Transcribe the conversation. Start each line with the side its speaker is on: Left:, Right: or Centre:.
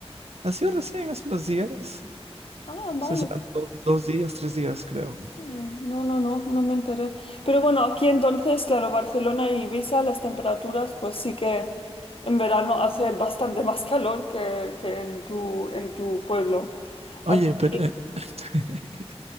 Right: ha sido recién, hace unos días,
Left: Ah, vale.
Right: se serán dos, dos días, tres días, creo.
Left: Mm, No, no, no, no me enteré. Pero bueno, aquí entonces, claro, Barcelona y Ibiza, las temperaturas, pues sí que en verano hace bastante más calor que, que en tu, en tu pueblo.
Right: Oye,
Left: Aquí-
Right: pero, eh, <laughs>